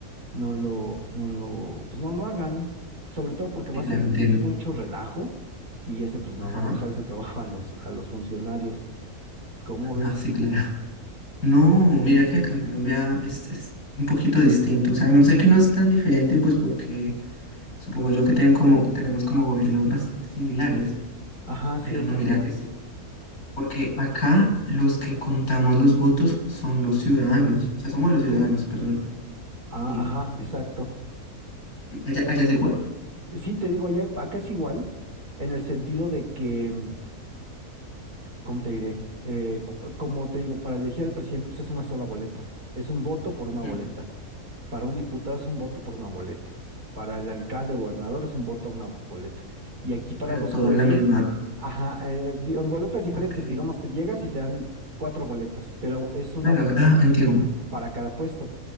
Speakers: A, on the right (about 80°); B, on the left (about 75°).
A: no lo, no lo, pues no lo hagan, sobre todo porque va
B: Sí, claro,
A: a ser mu-
B: entiendo.
A: mucho relajo y ese, pues
B: Ajá.
A: no, van a dejar ese <laughs> trabajo a los, a los funcionarios. ¿Cómo
B: Ajá,
A: ves?
B: sí, claro. <laughs> No, mira que acá en Colombia es, es un poquito distinto. O sea, no sé que no es tan diferente, pues porque supongo yo que tienen como, tenemos como gobiernos bastante similares.
A: Ajá,
B: Pero
A: sí, exacto.
B: no, mira que sí. Porque acá los que contamos los votos son los ciudadanos, o sea, somos
A: Ok.
B: los ciudadanos, perdón.
A: Ah,
B: Sí,
A: ajá, exacto.
B: allá, allá es igual,
A: Sí, te digo, allá, acá es igual, en el sentido de que, mm, ¿cómo te diré? Eh, cu- como te digo, para elegir al presidente, pues es una sola boleta. Es un voto por una
B: Ujú.
A: boleta. Para un diputado es un voto por una boleta. Para el alcalde o gobernador es un voto a una boleta. Y aquí para
B: pero
A: los
B: todo
A: jueces,
B: en la misma.
A: ajá, eh, di- en boletas diferentes,
B: Ok,
A: digamos, te llegas y te dan cuatro boletas, pero es una
B: claro,
A: boleta
B: ah, entiendo.
A: para cada puesto.